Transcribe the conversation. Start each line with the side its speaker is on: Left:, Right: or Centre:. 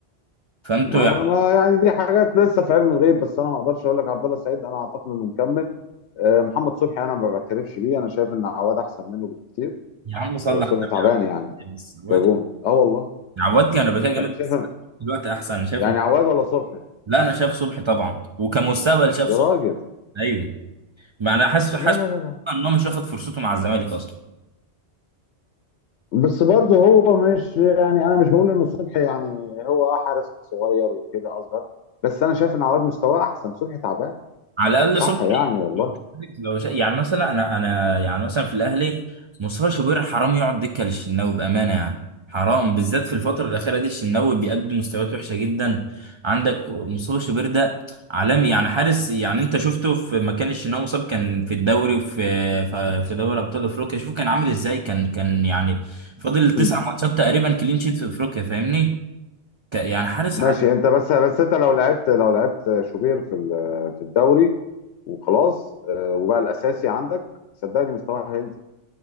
Right: فأنتوا
Left: ما,
Right: يعني
Left: ما يعني دي حاجات لسه في علم الغيب بس انا ما اقدرش اقول لك عبد الله السعيد انا اعتقد انه مكمل آه، محمد صبحي انا ما بعترفش بيه انا شايف ان عواد احسن منه بكتير
Right: يا عم صلي
Left: صبحي
Right: على النبي
Left: تعبان
Right: يا
Left: يعني
Right: عم بس عواد
Left: كجون اه والله
Right: عواد كان رباكية جامد
Left: يعني شايف
Right: بس
Left: أنا-
Right: دلوقتي أحسن أنا شايف
Left: يعني عواد ولا صبحي
Right: لا أنا شايف صبحي طبعا وكمستقبل شايف
Left: يا
Right: صبحي
Left: راجل
Right: أيوه ما أنا حاسس حاسس
Left: لا لا لا لا
Right: إن هو مش واخد فرصته مع الزمالك أصلا
Left: بس برضه هو مش يعني انا مش بقول ان صبحي يعني هو حارس صغير وكده اصغر بس انا شايف ان عواد مستواه احسن صبحي تعبان
Right: على الاقل
Left: صح
Right: صبحي
Left: يعني والله
Right: لو شا... يعني مثلا انا انا يعني مثلا في الاهلي مصطفى شوبير حرام يقعد دكه للشناوي بامانه يعني حرام بالذات في الفتره الاخيره دي الشناوي بيقدم مستويات وحشه جدا عندك مصطفى شوبير ده عالمي يعني حارس يعني انت شفته في مكان الشناوي مصاب كان في الدوري وفي في في دوري ابطال افريقيا شوف كان عامل ازاي كان كان يعني فاضل تسع
Left: م-
Right: ماتشات تقريبا كلين شيت في افريقيا فاهمني ك- يعني حارس
Left: ماشي
Right: عال-
Left: انت بس بس انت لو لعبت لو لعبت شوبير في ال- في الدوري وخلاص آه، وبقى الاساسي عندك صدقني مستواه هينزل